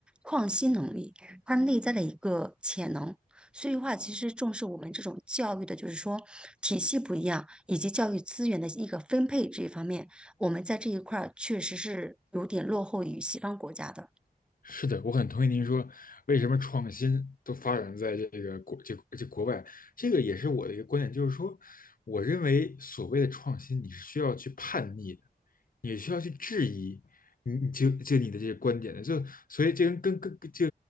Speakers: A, in the centre; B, on the left.
A: 创新能力，他内在的一个潜能。所以话，其实重视我们这种教育的，就是说体系不一样，以及教育资源的一个分配这一方面，我们在这一块儿确实是有点落后于西方国家的。
B: 是的，我很同意您说，为什么创新都发展在这个国这这国外，这个也是我的一个观点，就是说，我认为所谓的创新，你是需要去叛逆的，你需要去质疑你你就就你的这些观点的，就所以这跟跟跟就